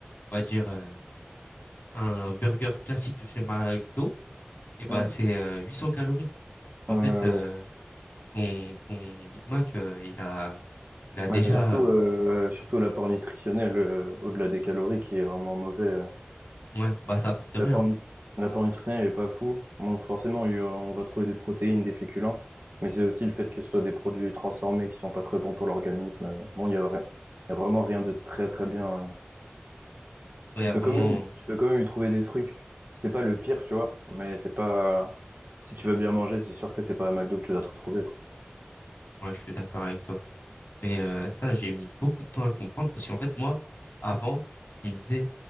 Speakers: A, on the left; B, on the right.
A: on va dire, euh, un burger classique de chez McDo, eh ben
B: Mm.
A: c'est euh, 800 calories. En
B: Ouais, ouais,
A: fait, euh,
B: ouais.
A: ton, ton Big Mac, euh, il a, il a déjà...
B: Ouais, c'est surtout, euh,
A: euh,
B: surtout l'apport nutritionnel, euh, au-delà des calories, qui est vraiment mauvais. euh.
A: Ouais, bah ça apporte rien.
B: L'apport, nu- l'apport nutritionnel n'est pas fou. Bon, forcément, il y a- on va trouver des protéines, des féculents, mais c'est aussi le fait que ce soit des produits transformés qui sont pas très bons pour l'organisme. Euh, Bon, il y a, ri- il y a vraiment rien de très très bien. euh.
A: Ouais,
B: Tu
A: y a
B: peux
A: vraiment...
B: quand même, tu peux quand même y trouver des trucs. C'est pas le pire, tu vois, mais c'est pas. Si tu veux bien manger, c'est sûr que c'est pas à McDo que tu vas te retrouver, quoi.
A: Ouais, je suis d'accord avec toi. Mais euh, ça, j'ai mis beaucoup de temps à le comprendre parce qu'en fait, moi, avant, je me disais,